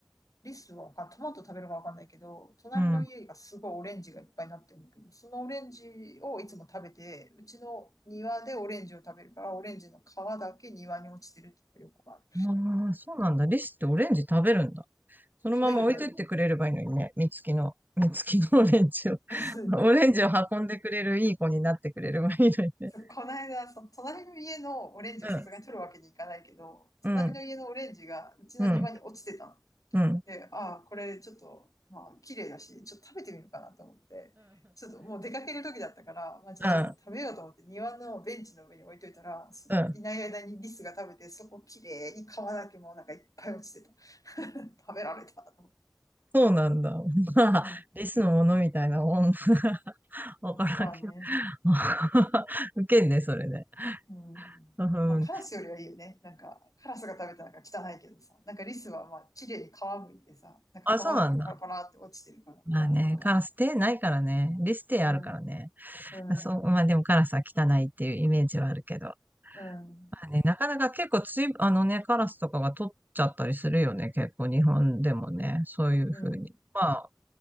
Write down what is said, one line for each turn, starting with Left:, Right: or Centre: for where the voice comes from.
Left: リスはわかトマト食べるかわかんないけど、隣の家がすごいオレンジがいっぱいになってるんだけど、
Right: うん。
Left: そのオレンジをいつも食べて、うちの庭でオレンジを食べるから、オレンジの皮だけ庭に落ちてるってよくある。
Right: ああ、そうなんだ。リスってオレンジ食べるんだ。そのまま置いといてくれればいいのにね、
Left: 食べるね。
Right: 三月の、三きのオレンジを、
Left: <laughs> そう、
Right: <laughs> オレンジを運んでくれるいい子になってくれればいいのにね。
Left: そう、この間、その隣の家のオレンジをさすがに取るわけにいかないけど、
Right: うん、
Left: 隣の家のオレンジがうちの庭に落ちてたの。
Right: うん、うん、うん、うん、
Left: で、ああ、これちょっと、まあ、綺麗だし、ちょっと食べてみるかなと思って、ちょっともう出かける時だったから、まあ、じゃあちょっと食べようと思って庭のベンチの上に置いといたら、
Right: うん、
Left: そいない間にリスが食べて、
Right: うん。
Left: そこ綺麗に皮だけもうなんかいっぱい落ちてた。<laughs> 食べられたと思って。
Right: そうなんだ。まあ、
Left: うん。
Right: リスのものみたいなもん。<laughs> わからんけど。
Left: うんまあね。
Right: <laughs> 受けんね、それね。
Left: うん。
Right: うん。
Left: まあ、カラスよりはいいよね。なんか、カラスが食べたらなんか汚いけどさ、なんかリスはまあ、綺麗に皮むいてさ、なんか皮だけパラパラって落ちてるから、
Right: あ、そうなんだ。まあね、
Left: まあなんか、
Right: カラス手ないからね。リス手あるからね。
Left: うん、う
Right: そう、まあでもカラスは汚いっていうイメージはあるけど。
Left: ん、うん、
Right: まあね、なかなか結構つい、あのね、カラスとかが取っちゃったりするよね、結構日本でもね、そういうふうに。
Left: うん、
Right: ま